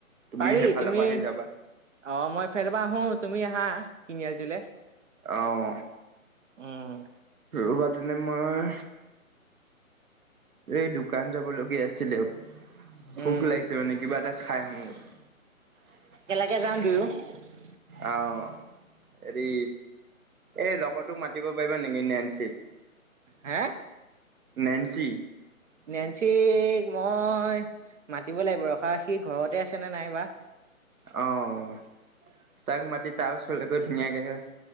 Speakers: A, on the right; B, on the right.
A: তুমি
B: পাৰি
A: সেইফালৰ
B: তুমি
A: পৰা আহি যাবা
B: অ মই সেইফালৰ পৰা আহো তুমি আহা। তিনিআলী তুলে।
A: অহ।
B: উম।
A: ৰবা তেনে মই এই দোকান যাব লগগীয়া আছিলে। ভোক
B: উম,
A: লাগিছে মানে কিবা এটা খাই আহোঁ <unintelligible>
B: এজান দুয়ো <unintelligible>
A: আ‌ অ, হেৰি এ লগটোক মাতিব পাৰিবা নেকি ন নেনচিক?
B: হে?
A: নেনচি?
B: নেঞ্চিক মই মাতিব লাগিব ৰখা, সি ঘৰতে আছে নে নাইবা।
A: অ' তাগ মাতিত তাৰ ওচৰলে গৈ ধুনীয়াকে হে